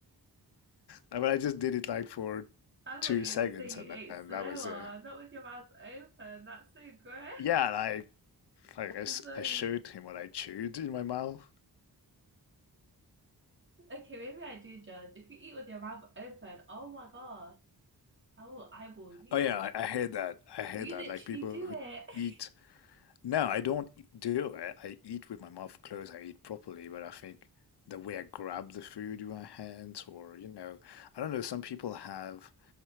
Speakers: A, on the left (about 85°); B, on the right (about 30°).
A: But I just did it like for
B: I thought
A: two
B: you
A: seconds
B: were gonna say you
A: and,
B: ate
A: then
B: slower,
A: that was it.
B: not with your mouth open. That's so gross.
A: Yeah, and I, like, I guess
B: <laughs> Sorry.
A: I showed him what I chewed in my mouth.
B: Okay, maybe I do judge. If you eat with your mouth open, oh my God, I will eyeball you.
A: Oh yeah, I, I hate that. I hate
B: You
A: that.
B: literally
A: Like people
B: do
A: who
B: it.
A: eat
B: <laughs>
A: No, I don't e- do it. I eat with my mouth closed. I eat properly, but I think the way I grab the food with my hands, or you know, I don't know. Some people have